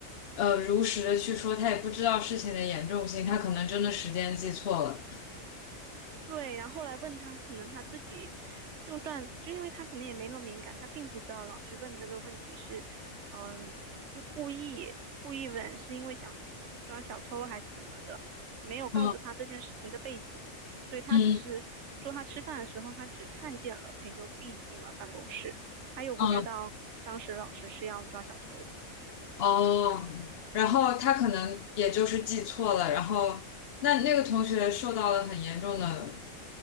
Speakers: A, on the left; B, on the right.
A: 呃如实的去说，他也不知道事情的严重性，他可能真的时间记错了。
B: 对，然后后来问他，可能他自己就算就因为他可能也没那么敏感，他并不知道老师问这个问题是，嗯，就故意故意问，是因为想抓小偷还是怎么的，没有告诉他这件事情的背景，
A: 嗯
B: 所以他只是说他吃饭的时候他只看见了朋友
A: 嗯
B: B 进了办公室，他又不知道当时老师是要抓小偷。
A: 嗯哦，然后他可能也就是记错了，然后那那个同学受到了很严重的